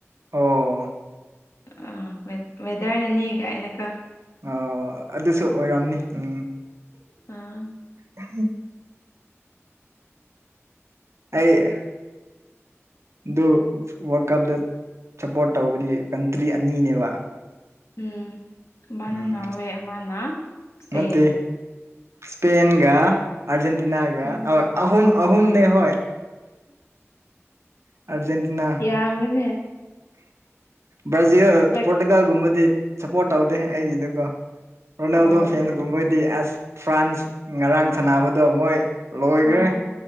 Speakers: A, on the right; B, on the left.
A: ꯑꯣ
B: ꯑ ꯋꯦꯗꯔꯅꯅꯤꯒꯥꯏꯅꯒ
A: ꯑ ꯑꯗꯨꯁꯨ ꯑꯣꯏꯔꯝꯅꯤ ꯎꯝ
B: ꯎꯝ
A: ꯎ ꯑꯩꯌꯦ ꯑꯗꯨ ꯋꯥꯔꯜ ꯀꯞꯇ ꯁꯞꯄꯣꯔꯠ ꯇꯧꯕꯗꯤ ꯀꯟꯇ꯭ꯔꯤ ꯑꯅꯤꯅꯦꯕ
B: ꯎꯝ ꯑꯃꯅ
A: ꯎꯝ
B: ꯅꯣꯔꯋꯦ ꯑꯃꯅ ꯏꯁꯄꯦꯟ
A: ꯅꯠꯇꯦ ꯏꯁꯄꯦꯟꯒ ꯑꯔꯖꯦꯟꯇꯤꯅꯥꯒ
B: ꯎꯝ
A: ꯍ ꯑꯍꯨꯝ ꯑꯍꯨꯝꯅꯦ ꯍꯣꯏ ꯑꯔꯖꯦꯟꯇꯤꯅꯥ
B: ꯌꯥꯃꯦꯅꯦ
A: ꯕ꯭ꯔꯥꯖꯤꯜ
B: ꯕꯦꯛ
A: ꯄꯣꯔꯇꯨꯒꯥꯜꯒꯨꯝꯕꯗꯤ ꯁꯞꯄꯣꯔꯠ ꯇꯧꯗꯦ ꯑꯩꯒꯤꯗꯀꯣ ꯔꯣꯅꯥꯜꯗꯣ
B: ꯑꯣ
A: ꯐꯦꯟꯁꯒꯨꯝꯕꯣꯏꯗꯤ ꯑꯁ ꯐ꯭ꯔꯥꯟꯁ ꯉꯔꯥꯡ ꯁꯥꯟꯅꯕꯗꯣ ꯃꯣꯏ ꯂꯣꯏꯈ꯭ꯔꯦ
B: ꯑꯥ